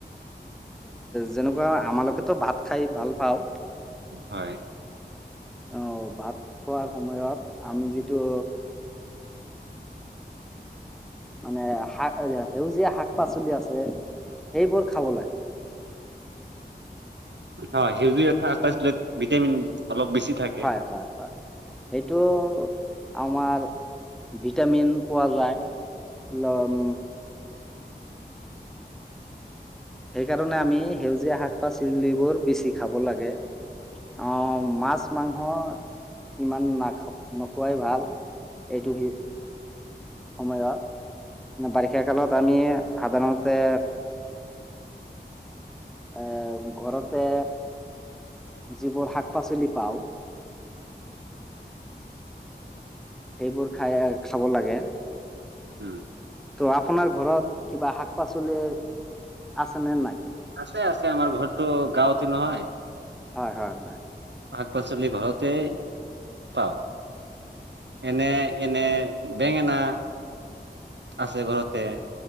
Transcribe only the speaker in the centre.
যেনেকুৱা আমালোকেতো ভাত খাই ভাল পাওঁ।
আহ ভাত খোৱাৰ সময়ত আমি যিটো, মানে শাক সেউজীয়া শাক পাচলি আছে সেইবোৰ খাব লাগে।
হয় হয় হয়। সেইটো আমাৰ ভিটামিন পোৱা যায়। লম। সেইকাৰণে আমি সেউজীয়া শাক পাচলিবোৰ বেছি খাব লাগে। অ মাছ মাংস ইমান নাখ ইমান নোখোৱাই ভাল। এইটো সি, সময়ত বাৰিষা কালত আমি সাধাৰণতে, এ ঘৰতে যিবোৰ শাক পাচলি পাও, সেইবোৰ খাই খাই খাব লাগে।
ত' আপোনাৰ ঘৰত কিবা শাক পাচলি আছে নে নাই?
হয়, হয়, হয়।